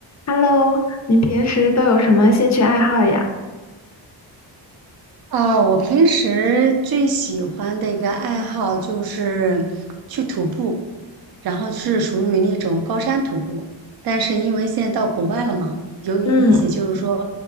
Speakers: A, on the left; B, on the right.
A: Hello，你平时都有什么兴趣爱好呀？
B: 呃，我平时最喜欢的一个爱好就是去徒步，然后是属于那种高山徒步。但是因为现在到国外了嘛，由于一些就是说，
A: 嗯，